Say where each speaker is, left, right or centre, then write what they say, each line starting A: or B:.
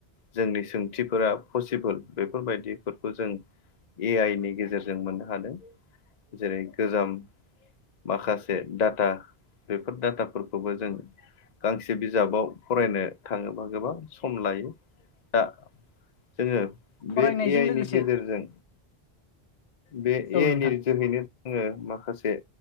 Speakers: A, on the left; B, on the left.
A: जोंनि सोंथिफोरा पसिबोल बेफोरबायदिफोरखौ जों। ए आइ नि गेजेरजों मोननो हादों जेरै गोजाम। माखासे डाटा बेफोर डाटाफोरखौबो जों गांसे बिजाबाव फरायनो थांङोबा गोबां सम लायो दा जोंङो। बे
B: फरायनायजों
A: ए आइ
B: लोगोसे
A: नि गेजेरजों। बे
B: औ
A: ए आइनि
B: नोंथां
A: जोहैनो। आंङो माखासे